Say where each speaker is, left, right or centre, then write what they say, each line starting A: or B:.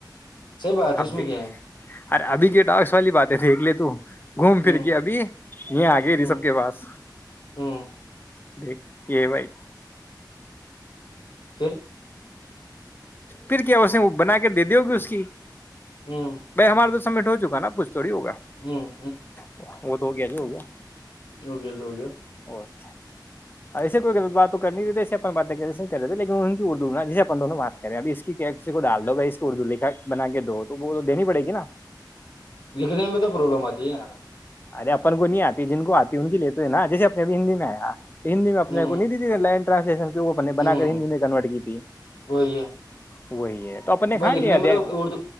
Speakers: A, on the left (about 85°); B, on the left (about 25°).
A: صحیح بات ہے
B: اب
A: اس میں
B: دیکھ
A: کیا ہے
B: ارے ابھی کے ااکس والی باتیں تھھی الے تو گھوم پھر
A: ہوں
B: کے ابھی یہ آ گئی ری
A: ہوں
B: سب کے پاس
A: ہوں
B: دیک یہ بھائی
A: پھر
B: پھر کیا اسے وہ بنا کے دے دی ہوگی اس کی
A: ہوں
B: بائی ہمارے تو سٹ ہوکا پچھ تھوڑی ہوگا
A: ہوں
B: وہ دو ہو گیا جی ہو گیا
A: ہوگےد ہوگیا
B: اور ایسے کوئی بات تو کرنیے اپن باتیں کر کر رہتےے لیکن ان کی اردو نا جیے اپن دونوں میںات کہے ابھی اس کی کسی کو ڈال دو بھائی اس اردو لکھا بنا کے دو تو وہ تو دینی پڑے گی نا
A: لکھنے میں تو پرابلم آتی ہے یار۔
B: ارے اپن کو نہیں آتی جن کو آتی ان کی لیتے ہے نا جیسے اپنے بھی ہندی میں آ ہندی میں اپنے
A: ہوں
B: آ کو نہیں تی لائن <unintelligible>
A: ہوں
B: بنا کر ہندی میں کنورٹ کی تھی
A: وہی ہے
B: وہی ہے تو اپن نے
A: بھائی
B: کھا
A: لکھنے
B: لیا
A: میں
B: دیا
A: تو اردو